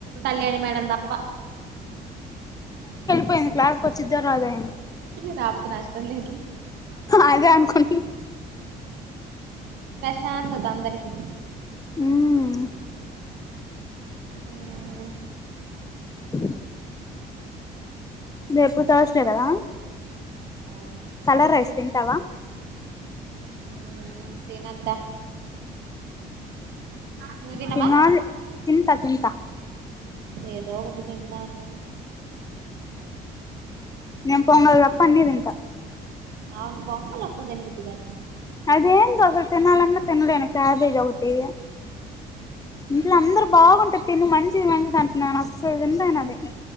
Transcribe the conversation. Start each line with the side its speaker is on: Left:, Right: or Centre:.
Right: కళ్యాణి మేడం తప్ప
Left: పోయింది క్లాస్ కి వచ్చిద్దో రాదే
Right: రాకపోతే నష్టం లేదు
Left: అదే అనుకుంటున్న
Right: ప్రశాంతత అందరికి
Left: మ్..
Right: ఉమ్
Left: ఆ రేపు త్రస్డే కదా
Right: అవును
Left: కలర్ రైస్ తింటావా
Right: ఉమ్ తినద్దా నువ్వు తినవా
Left: తినాలి తింటా తింట
Right: ఏదో ఒకటి తిందాం లే
Left: నేను పొంగల్ తప్ప అన్ని తింటా
Right: అవును పొంగల్ అసలు తిన బుద్దిగాదు
Left: అది ఏందో అసలు తిన్నాలి అన్న తిన్నలేను క్యాబేజ్ ఒకటి ఇంట్లో అందరు బాగుంటది తిను మంచిది మంచిది అంటున్నాను అస్సలు తిన్నలేను అది